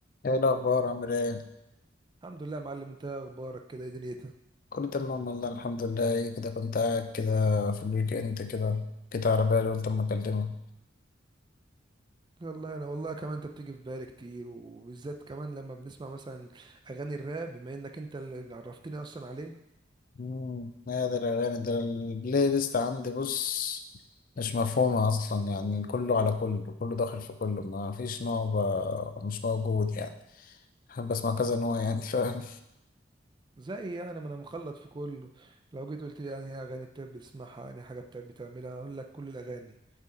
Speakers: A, on the left; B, on the right.
A: ايه الاخبار عامل ايه
B: الحمد لله يا معلم انت ايه اخبارك كده ايه دنيتك
A: كله تمام والله الحمد لله ايه كده كنت قاعد كده في الويك اند كده كده على بالي قلت اما اكلمك
B: والله انا والله كمان انت بتيجي في بالي كتير وبالذات كمان لما بنسمع مثلا اغاني الراب بما انك انت اللي عرفتني اصلا عليه
A: امم هذا الاغاني ده البلاي ليست عندي بص مش مفهومه اصلا يعني كله على كله كله داخل في كله ما فيش نوع ب- مش موجود يعني بحب اسمع كذا نوع يعني فاهم
B: زي يعني ما انا مخلط في كله لو جيت قلت لي انهي اغاني بتحب تسمعها انهي حاجه بتحب تعملها هقول لك كل الاغاني